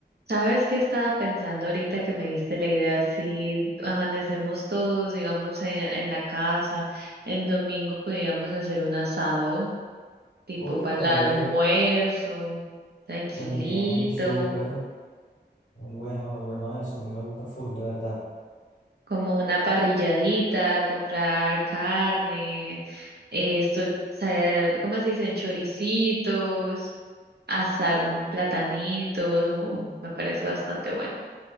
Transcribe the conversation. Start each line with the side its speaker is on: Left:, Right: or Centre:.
Right: ¿sabes qué estaba pensando ahorita que me diste la idea? Si amanecemos todos, digamos, en, en la casa, el domingo podríamos hacer un asado. tipo
Left: Oye,
Right: para
Left: también,
Right: el almuerzo, tranquilito,
Left: también súper, muy bueno, muy bueno eso. A mí me gusta full, de verdad.
Right: como una parrilladita, comprar carne, eh, esto, sa- ¿cómo se dicen? Choricitos, asar platanitos, uh, me parece bastante bueno.